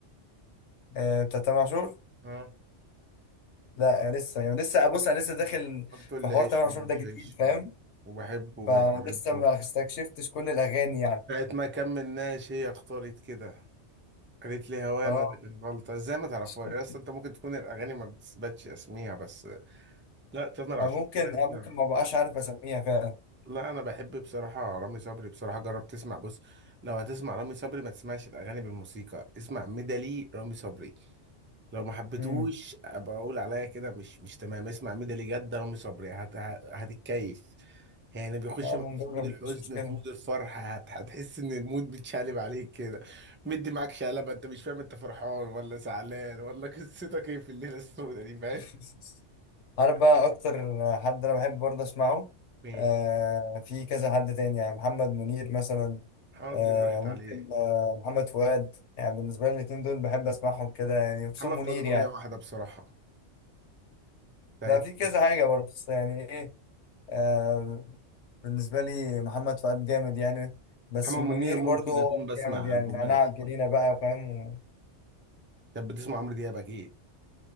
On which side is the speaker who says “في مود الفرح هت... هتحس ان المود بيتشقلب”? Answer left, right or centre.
Right